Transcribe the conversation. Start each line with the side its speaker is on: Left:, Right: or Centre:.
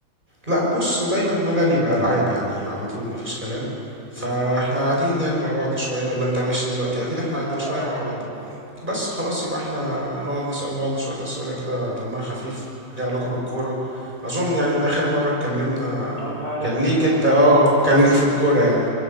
Right: لا بص دايما مللي بقى العاب يعني على طول مفيش كلام فاحنا
Left: مم، صح
Right: قاعدين يعني مع بعض شويه ولا انت ماشي دلوقتي اكيد احنا
Left: لا
Right: قاعدين
Left: لا
Right: شويه
Left: قاعدين
Right: مع بعض
Left: أهو
Right: بس خلاص يبقى احنا نقعد نسال بعض شويه اسئله كده دمها خفيف ليها علاقه بالكوره اظن
Left: ماشي
Right: يعني من اخر مره اتكلمنا
Left: آه، أنت عارف
Right: كان ليك
Left: إن أنا
Right: انت
Left: في الكورة
Right: اه
Left: بود
Right: كان ليك
Left: يعني
Right: في الكوره يعني